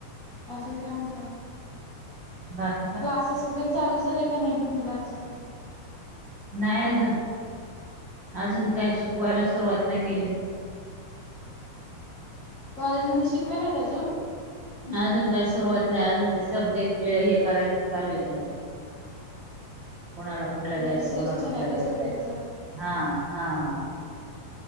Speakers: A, on the left; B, on the right.
A: अजून काय म्हणता?
B: हा <unintelligible>
A: क्लासेस वगैरे चालू झाले का नाही मुलाचे?
B: नाही अजून अजून काय शिकवायला
A: हा हा
B: सुरुवात
A: हा
B: नाही केली.
A: कॉलेजमध्ये शिकवे नाहीत अजून?
B: अजून काय सुरुवात नाही अजून ते सब्जेक्ट हे करायचं चालू आहे त्यांचं. कोणाला कुठला घ्यायचंय,
A: म्हणजे सिलेक्शन
B: कोणाला कुठला
A: आहे का
B: घ्यायचंय
A: सब्जेक्टच
B: हा हा हा.